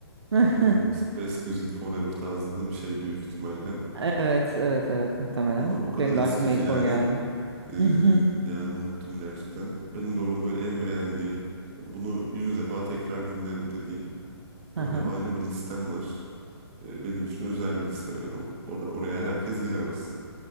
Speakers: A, on the right; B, on the right.
A: <laughs>
B: E, işte Best Music Forever tarzında bir şey büyük ihtimalle.
A: Evet, evet, evet muhtemelen.
B: Ama o kadar
A: Benim
B: eski
A: de aklıma ilk
B: ki yani
A: o geldi. <laughs>
B: Ee,
A: Mhm,
B: yani unuttum gerçekten. Benim de orada böyle en beğendiğim, hani bunu yüz defa tekrar dinlerim dediğim
A: aha.
B: öyle ayrı bir listem var. Ee, benim için özel bir liste yani. O- or- oraya herkes giremez.